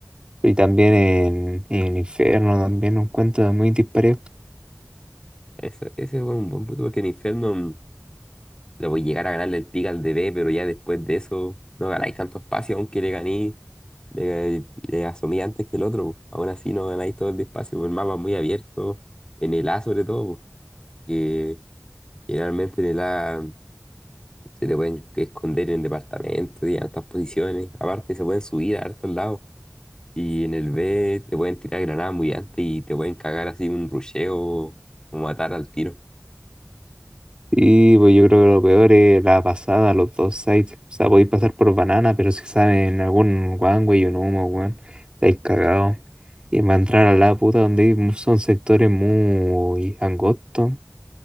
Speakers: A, on the right; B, on the left.
A: Y también en, en Inferno también un cuento muy disparejo.
B: Eso, ese fue un buen punto, porque en Inferno mm, le voy a llegar a ganarle el pick al D B pero ya después de eso no ganáis tanto espacio, aunque le ganéis. Le, le asomé antes que el otro, po. Aún así no ganáis todo el despacio, po. El mapa es muy abierto, en el A sobre todo, po, que generalmente en el A se te pueden esconder en departamentos y en altas posiciones. Aparte se pueden subir a hartos lados. Y en el B te pueden tirar granadas muy antes y te pueden cagar así un rusheo o matar al tiro.
A: Y pues yo creo que lo peor es la pasada, los dos sites. O sea, podéis pasar por banana, pero si saben algún one way o un humo, weón, estáis cagados. Y va a entrar a la puta donde hay mu- son sectores muy angostos.